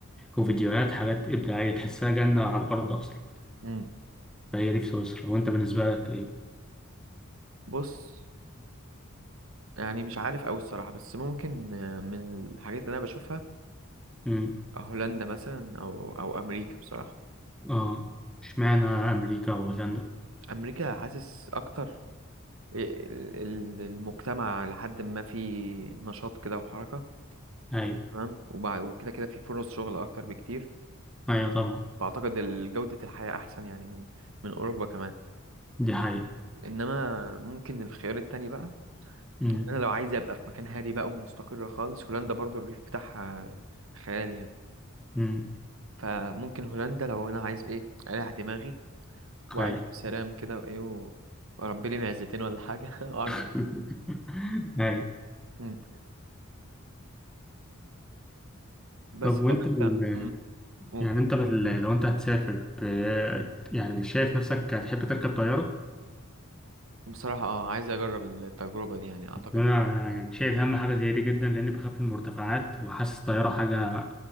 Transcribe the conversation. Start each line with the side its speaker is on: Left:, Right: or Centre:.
Centre: وفيديوهات حاجات ابداعيه تحسها جنه على الارض اصلا
Right: امم
Centre: فهي دي في سويسرا وانت بالنسبه لك
Right: بص يعني مش عارف أوي الصراحة بس ممكن آه، من الحاجات اللي أنا بشوفها
Centre: ايه؟
Right: آه، هولندا مثلا أو أو أمريكا بصراحة
Centre: اه اشمعنى امريكا وهولندا
Right: أمريكا حاسس أكتر آه، ال- ال- المجتمع لحد ما في نشاط كده وحركة
Centre: ايوه
Right: تمام وبع- وكده كده في فرص شغل أكتر بكتير
Centre: ايوه طبعا
Right: وأعتقد ال- جودة الحياة أحسن يعني من من أوروبا كمان
Centre: دي حقيقة
Right: إنما ممكن الخيار التاني بقى
Centre: امم
Right: إن أنا لو عايز أبقى في مكان هادي بقى ومستقر خالص هولندا برضو الريف بتاعها خيالي يعني
Centre: امم
Right: فممكن هولندا لو انا عايز ايه اريح دماغي واعيش
Centre: ايوه
Right: بسلام كده وايه و... واربي لي معزتين ولا حاجه <laughs> اعجب
Centre: <laughs> ايوه
Right: مم. بس
Centre: طب
Right: طب
Centre: وانت
Right: انت
Centre: ال...
Right: مم. مم.
Centre: يعني انت بال... لو انت هتسافر ب... يعني شايف نفسك هتحب تركب طيارة
Right: بصراحه اه عايز اجرب التجربه دي يعني اعتقد
Centre: انا يعني شايف اهم حاجة زي دي جدا لاني بخاف من المرتفعات وحاسس الطيارة حاجة